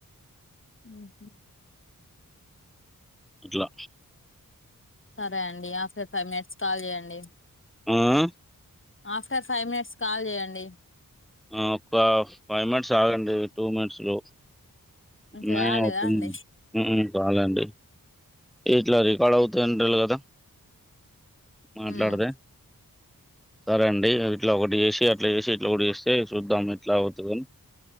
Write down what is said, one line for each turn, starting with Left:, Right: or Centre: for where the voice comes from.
Left: ఉహు
Centre: ఇట్లా
Left: సరే అండి ఆఫ్టర్ ఫైవ్ మినిట్స్ కాల్ చేయండి
Centre: ఉహు
Left: ఆఫ్టర్ ఫైవ్ మినిట్స్ కాల్ చేయండి
Centre: ఆ ఒక ఫైవ్ మినిట్స్ ఆగండి టూ మినిట్స్ లో
Left: ఇంకా
Centre: న
Left: కాలేదా
Centre: అవుతుంది
Left: అండి
Centre: చాలండి ఇట్లా రికార్డ్ అవుతు డాలీ కదా మాట్లాడుతె
Left: మ్మ్
Centre: సరే అండి ఇట్లా ఒకటి చేసి అట్లా చేసి ఇట్లా ఒకటి చేస్తే చూద్దాం ఇట్లా అవుతుందని